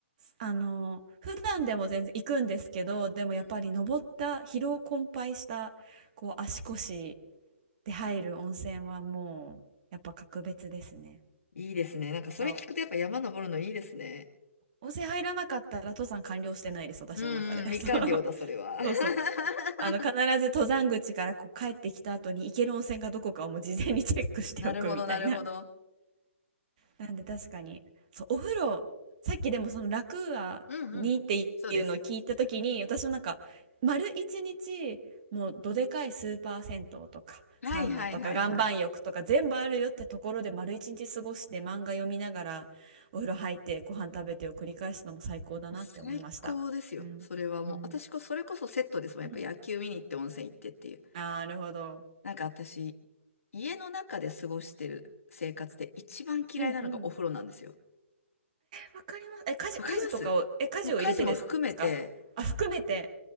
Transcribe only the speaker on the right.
あの普段でも全然行くんですけどでもやっぱり登った疲労困憊したこう足腰
で入る温泉はもうやっぱ格別ですね
そう温泉入らなかったら登山完了してないです私の中で
<laughs>
そう、
そうそう
あの必ず登山口からこう帰ってきた後に行ける温泉がどこかをもう事前にチェックしておくみたいな
なんで確かに、そう、お風呂、さっきでもその楽はにっていうのを聞いたときに、
私もなんか、丸一日、もうどでかいスーパー銭湯とか、
サウナとか、岩盤浴とか全部あるよってところで丸一日過ごして漫画読みながら、お風呂入ってご飯食べてを繰り返すのも最高だなって思いました。
うん、
うん。
うん
なるほど。
うんうん。わかります。え、家事、
家事とかを、え、家事を入れてですかあ、含めて、